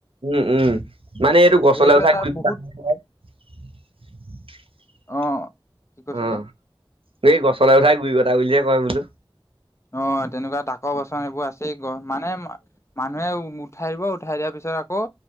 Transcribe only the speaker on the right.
উম উম মানে এইটো গছলে
উঠাই
গুৰি
কাটি <unintelligible> <inaudible>
অ', এই গছলৈ উঠাই গুৰি কটা বুলিহে কয় বোলো